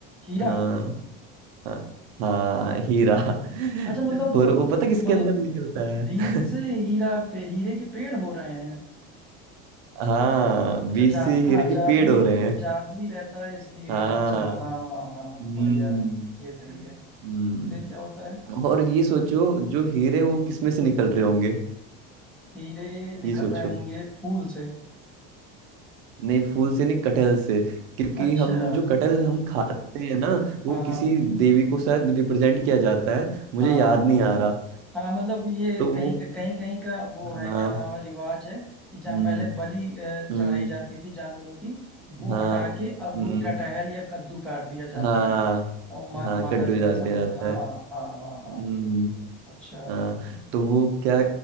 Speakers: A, in the centre; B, on the right.
A: हीरा
B: हाँ हाँ हाँ हीरा <laughs>
A: अच्छा मतलब
B: और वो पता किसके
A: मतलब
B: अंदर निकलता है
A: बीज
B: <laughs>
A: से हीरा पे हीरे के पेड़ हो रहे हैं
B: हाँ
A: अच्छा
B: बीच
A: जा
B: से हीरे
A: हाँ
B: के
A: जादुई
B: पेड़ हो रहे हैं
A: जादुई रहता है इसलिए
B: हाँ
A: अच्छा हाँ हाँ हाँ हाँ, तो
B: हम्म
A: बढ़िया ये सही है
B: हम्म
A: फिर क्या होता है
B: और ये सोचो जो हीरे वो किसमें से निकल रहे होंगे
A: हीरे निकल
B: ये सोचो
A: रहे होंगे फूल से
B: नहीं फूल से नहीं कटहल से क्योंकि
A: अच्छा
B: हम जो कटहल हम खाते हैं ना वो
A: हाँ हाँ
B: किसी देवी को शायद रिप्रेजेंट किया जाता है मुझे
A: हाँ
B: याद
A: हाँ हाँ
B: नहीं आ रहा
A: हाँ मतलब ये
B: तो वो
A: कहीं कहीं कहीं का वो
B: हाँ
A: है क्या नाम है रिवाज है कि जहाँ
B: हम्म
A: पहले बलि अ,
B: हम्म
A: चढ़ाई जाती थी जानवरों की वो
B: हाँ
A: हटा के अब
B: हम्म
A: कटहल या कद्दू काट दिया जाता
B: हाँ
A: है और मा,
B: हाँ
A: माता
B: कड्डू
A: जी के
B: जाने
A: सामने
B: आता
A: हाँ
B: है
A: हाँ हाँ
B: हम्म
A: हाँ अच्छा
B: हाँ तो वो क्या